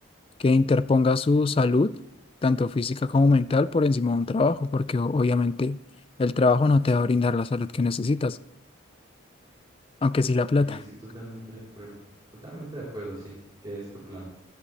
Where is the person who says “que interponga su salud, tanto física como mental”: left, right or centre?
Left